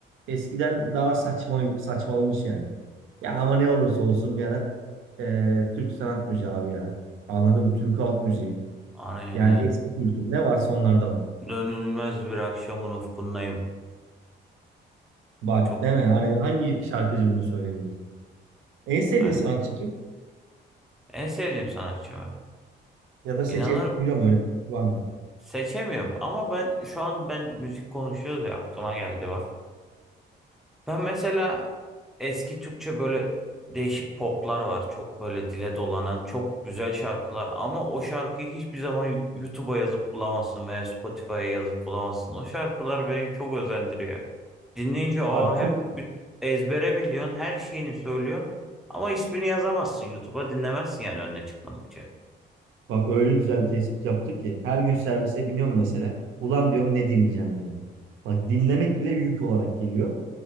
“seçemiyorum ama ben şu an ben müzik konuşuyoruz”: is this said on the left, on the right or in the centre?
Centre